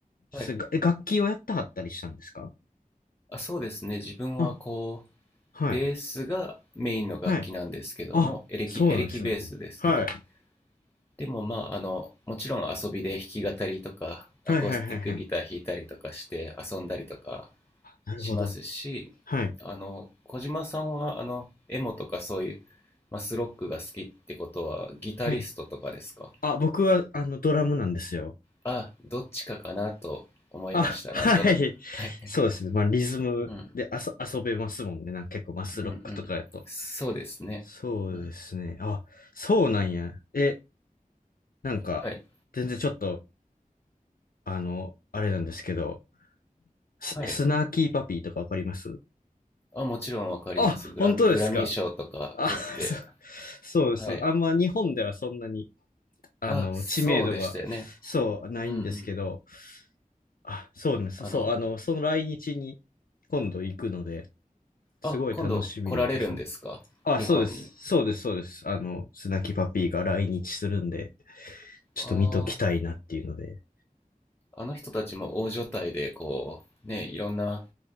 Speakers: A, on the left; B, on the left.
A: すがえ楽器をやったはったりしたんですか
B: あ,、はい、あそうですね自分はこうベースがメインの楽器なんですけどもエレキエレキベースですけど
A: あ、はい。はい。あ、そうなんですね。はい。
B: でもまあ、あの、もちろん遊びで弾き語りとか、
A: はいはいはいはい。
B: アコースティックギター弾いたりとかして遊んだりとか
A: なるほど。
B: しますし、
A: はい。
B: あの、小島さんは、あの、エモとかそういうマスロックが好きってことは、ギタリストとかですか
A: はい。あ、僕は、あの、ドラムなんですよ。
B: あ、どっちかかなと思いました、
A: あ、はい。
B: なんとなく。はい。
A: そうですね。まあ、リズムであそ遊べますもんね。
B: うん、
A: なんか結構マスロックとかやと。
B: うん、うん。そうですね。
A: そうですね。
B: うん。
A: あ、そうなんや。え、なんか、
B: はい、
A: 全然ちょっと、あの、あれなんですけど、ス、
B: はい。
A: スナーキーパピーとかわかります
B: あ、もちろんわかります。
A: あ、
B: グラミ、
A: 本当ですか。
B: グラミー賞とか取って。
A: あ、そ、そうそう。
B: はい。
A: あんま日本ではそんなに、あの、
B: あ、そうでしたよね。
A: 知名度が、そう、ないんですけど、
B: うんうん。
A: あ、そうね、そう、
B: あの、
A: そうあの、その来日に今度行くので、すごい楽しみなんですね。
B: あ、今度来られるんですか日本に。
A: あ、そうです。そうです、そうです。あの、スナキパピーが来日するんで、ちょっと見ときたいなっていうので、
B: ああ、あの人たちも大所帯で、こう、ね、いろんな、